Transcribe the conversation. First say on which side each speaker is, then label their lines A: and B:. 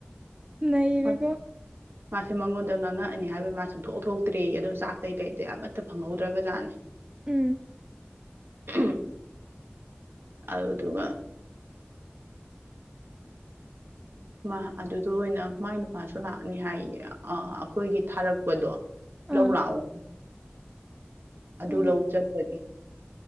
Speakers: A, on the right; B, on the right.
A: ꯅꯩꯔꯦꯀꯣ
B: ꯃꯥ- ꯃꯥꯁꯦ ꯃꯪꯉꯣꯟꯗ ꯉꯥꯡꯉꯛꯑꯅꯦ ꯍꯥꯏꯕꯩ ꯃꯥ ꯁꯨꯡꯊꯣꯛ ꯊꯣꯛꯇ꯭ꯔꯦꯌꯦ ꯑꯗꯣ ꯆꯥꯛꯇꯩ ꯀꯩꯗꯩ ꯑꯃꯠꯇ ꯐꯪꯍꯧꯗ꯭ꯔꯕ ꯖꯥꯠꯅꯤ
A: ꯎꯝ
B: <unintelligible> ꯑꯗꯨꯗꯨꯒ ꯃꯥ ꯑꯗꯨꯗ ꯑꯣꯏꯅ ꯃꯥꯏ ꯅꯨꯄꯥꯁꯨ ꯂꯥꯛꯅꯤ ꯍꯥꯏꯌꯦ ꯑ ꯑꯈꯣꯏꯒꯤ ꯊꯥꯔꯛꯄꯗꯣ ꯂꯧ
A: ꯑꯥ
B: ꯂꯥꯛꯑꯣ ꯑꯗꯨ
A: ꯎꯝ
B: ꯂꯧ ꯆꯠꯄꯒꯤ